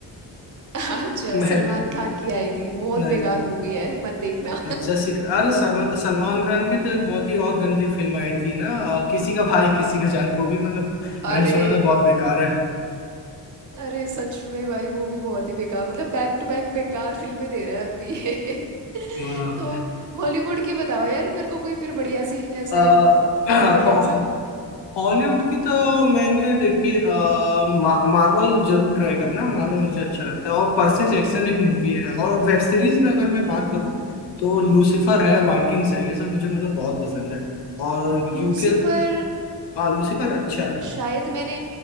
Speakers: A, on the right (about 45°); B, on the left (about 70°).
A: <laughs> अच्छा
B: मैंने
A: सलमान खान की आई थी बहुत
B: नहीं
A: बेकार मूवी है मत देखना
B: अच्छा सिख अरे सम- सलमान खान की तो एक बहुत ही और गंदी फिल्म आई थी ना और किसी का भाई किसी का जान वो भी मतलब
A: <laughs>
B: मैंने
A: अरे
B: सुना था बहुत बेकार है
A: अरे सच में भाई वो भी बहुत ही बेकार मतलब बैक टू बैक बेकार फिल्में दे रहा है अभी ये <laughs>
B: हाँ
A: तो हॉलीवुड की बताओ यार मेरे को कोई फिर बढ़िया सी ऐसे
B: आ, <clears throat>
A: जो मैं देख सकूं
B: हॉलीवुड की तो मैंने देखी आ, मा, मार्वल जरूर ट्राई करना मार्वल मुझे अच्छा लगता है और पर्सी जैक्सन एक मूवी है और वेब सीरीज में अगर मैं बात करूँ तो लूसीफर है वाइकिंग्स है ये सब मुझे मतलब बहुत पसंद है और यूके
A: लूसीफर
B: लूसीफर अच्छा है
A: शायद मैंने